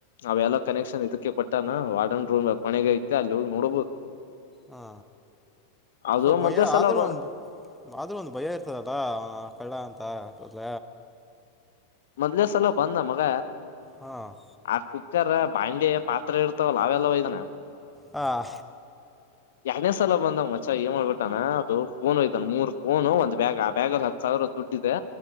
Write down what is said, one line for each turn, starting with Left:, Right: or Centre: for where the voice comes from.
Left: ಅವೆಲ್ಲ ಕನೆಕ್ಷನ್ ಇದಕ್ಕೆ ಕೊಟ್ಟ ರೂ ಕೊನೆಗಾಯ ಅ ಅಲ್ಲೋದು ನೋಡ್ಬೋದು
Centre: ಹಾ
Left: ಅದು
Centre: ಇ ಭಯ
Left: ಮೊದ್ಲೇ ಸಲ
Centre: ಆದ್ರೂ
Left: ಬ
Centre: ಒಂದ ಆದ್ರೂ ಒಂದ್ ಭಯ ಇರ್ತದಲ್ಲ ಅವ ಕಳ್ಳ ಅಂತ ಮೊದ್ಲ
Left: ಮೊದ್ಲೇ ಸಲ ಬಂದ ಮಗ
Centre: ಹಾಂ
Left: ಆ ಕುಕ್ಕರ್ ಬಾಂಡ ಪಾತ್ರ ಎ ಹವಲ್ಲ ಅವೆಲ್ಲ ಒಯತಾನ
Centre: ಹಾಂ
Left: ಎರನೇ ಸಲ ಬಂದ ಮಚ ಏನ್ ಮಾಡ್ಬಿಟ್ಟಾನ ಅದು ಫೋನ್ಯ್ದನ್ ಮೂರ್ ಫೋನ್ ಒಂದ್ ಬ್ಯಾಗ್ ಆ ಬ್ಯಾಗಲ್ಲಿ ಹತ್ ಸಾವಿರ ದುಡ್ಡ ಇದೆ